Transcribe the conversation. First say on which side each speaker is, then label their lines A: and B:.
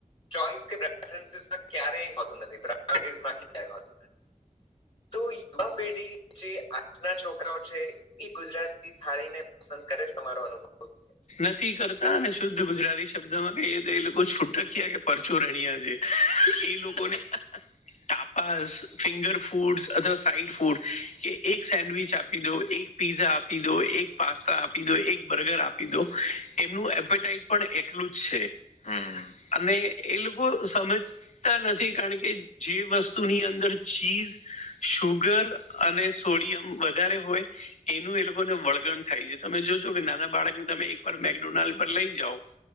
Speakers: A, on the left; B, on the left.
A: <unintelligible> ક્યારેય હોતું નથી. <unintelligible> તો યુવા પેઢી જે આજના છોકરાઓ છે. એ ગુજરાતી થાળીને પસંદ કરે છે તમારો અનુભવ
B: નથી કરતા ને શુદ્ધ ગુજરાતી શબ્દમાં કહીએ તો એ લોકો છૂટક્યા કે પરચોરણ્યા છેે. <inaudible> <unintelligible> ફિંગર ફૂડ અથવા સાઈટ ફૂડ કે એક સેન્ડવીચ આપી દઉં એ પીઝા આપીદો, એક પાસ્તા આપીદો, એક બર્ગર આપ પીદો એમનું એપેટાઈટ પણ એટલું જ છે. હમ્મ અને એ લોકો સમજ નથી કારણ કે જે વસ્તુ ની અંદર ચીજ સુુગર અને સોડિયમ વધારે હોય. એનું એ લોકોને વળગણ થાય છે તમે જોજો કે નાના બાળકને તમે એકવાર મેકડોનાલ્ડ પર લઈ જાઓ.